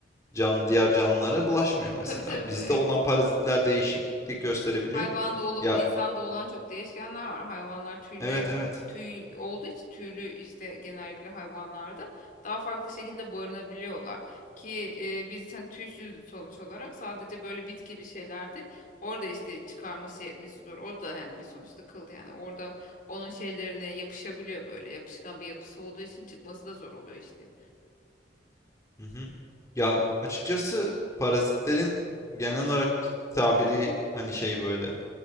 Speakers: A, on the left; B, on the left.
A: Can diğer canlılara bulaşmıyor mesela.
B: Tabii tabii
A: Bizde
B: böyle
A: olan parazitler değişiklik gösterebiliyor.
B: Hayvan da olup
A: Ya
B: insan da olan çok değişkenler var. Hayvanlar tüyler
A: evet evet.
B: tüy olduğu için tüylü işte genellikle hayvanlarda daha farklı şekilde barınabiliyorlar. Ki e, biz hani tüysüz sonuç olarak sadece böyle bitki bir şeylerde orada işte çıkarması yetmesi zor. Orada yani bir sonuçta kıl yani orada onun şeylerine yapışabiliyor böyle yapışkan bir yapısı olduğu için çıkması da zor oluyor işte.
A: Hı hı. Ya açıkçası parazitlerin genel olarak tabiri hani şey böyle